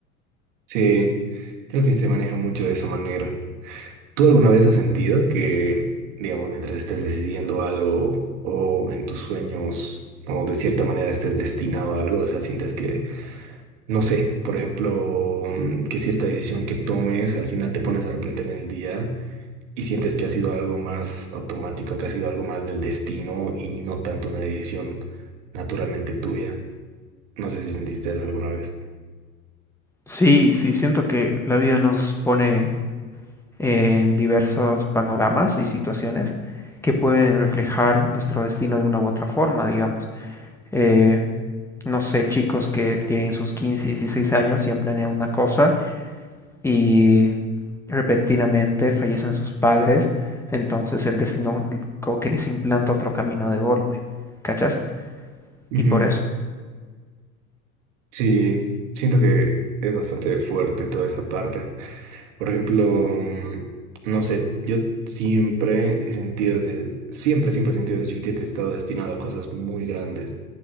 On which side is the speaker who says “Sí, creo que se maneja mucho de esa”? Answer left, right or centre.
Right